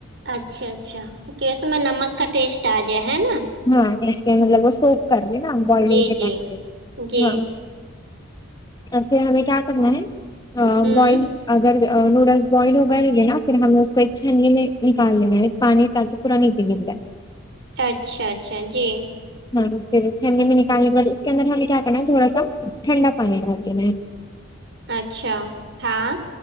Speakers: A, on the right; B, on the left.
A: اچھا اچھا کہ اس میں نمک کا ٹیسٹ آ جائے ہے ناں
B: ہاں اس کے مطلب وہ سوپ کرلیں ناں بوائلنگ
A: جی
B: کے
A: جی
B: ٹائم کے
A: جی
B: ہاں اب ہمیں کیا کرنا ہے
A: ہوں
B: بوائل اگر نوڈلس بوائل ہوگئے ہوگے ناں پھر ہم نے اس کو ایک چھننی میں نکال لیں گے پانی تاکہ پورا نیچے گر جائے
A: اچھا اچھا جی
B: ہاں پھر چھنی میں نکالنے کے بعد اس کے اندر ہمیں کیا کرنا ہے تھوڑا سا ٹھنڈا پانی رکھ دینا ہے <inaudible>
A: اچھا ہاں